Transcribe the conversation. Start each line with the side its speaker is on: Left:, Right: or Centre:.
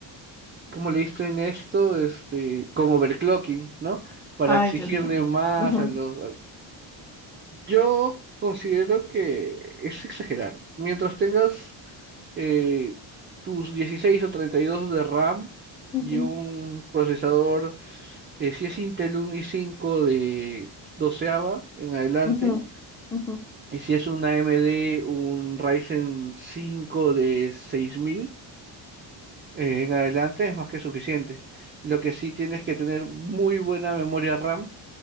Right: ¿cómo le dicen esto? Este, con overclocking, ¿no? Para
Centre: Ay,
Right: exigirle
Centre: Dios mío.
Right: más
Centre: Ujú,
Right: a los... a- Yo considero que es exagerar. Mientras tengas eh, tus 16 o 32 de RAM
Centre: ujú,
Right: y un procesador, eh, si es Intel un i cinco de doceava en adelante,
Centre: ujú, ujú.
Right: y si es un AMD, un Ryzen cinco de seis mil Eh, en adelante es más que suficiente. Lo que sí tienes que tener muy buena memoria RAM,